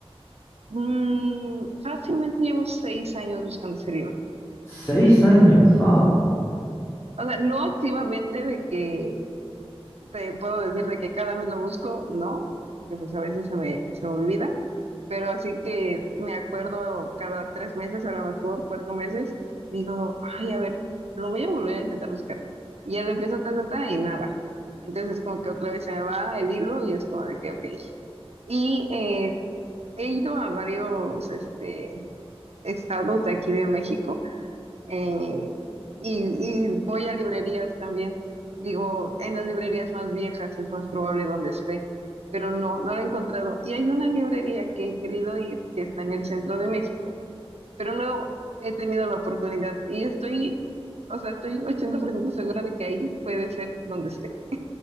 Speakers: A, on the right; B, on the left.
A: mm, fácilmente llevo seis años buscando ese libro.
B: <clears throat> Seis años, fa.
A: O sea, no activamente de que te puedo decir de que cada mes lo busco, no, porque pues a veces se me, se me olvida, pero así que me acuerdo cada tres meses, a lo mejor cuatro meses, digo, ay, a ver, lo voy a volver a intentar buscar. Y ya lo empiezo ta, ta, ta, y nada. Entonces es como que otra vez se me va el hilo y es como de que, ok. Y eh, he ido a varios este, estados de aquí de México eh, y, y voy a librerías también. Digo, en las librerías más viejas es más probable donde esté, pero no, no la he encontrado. Y hay una librería que he querido ir, que está en el centro de México, pero no he tenido la oportunidad y estoy, o sea, estoy 80% segura de que ahí puede ser donde esté.